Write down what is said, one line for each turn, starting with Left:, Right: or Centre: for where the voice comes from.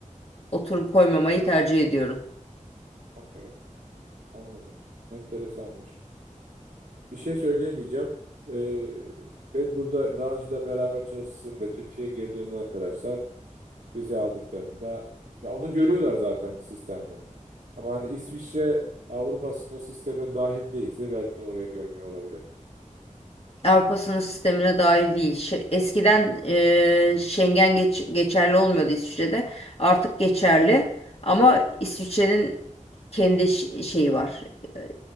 Left: oturum koymamayı tercih ediyorum.
Right: okey. Anladım. Enteresanmış. Bir şey söyleyemeyeceğim. Ee, benim burada daha önce de beraber çalıştığım ve Türkiye'ye geri dönen arkadaşlar vize aldıklarında ya onu görüyorlar zaten sistemde. Ama hani İsviçre Avrupa sınır sistemine dahil değilse belki oraya görmüyor olabilir.
Left: Avrupa sınır sistemine dahil değil. Şe- eskiden eee, Schengen geç- geçerli olmuyordu İsviçre'de. Artık geçerli. Ama İsviçre'nin kendi ş- şeyi var. Eee,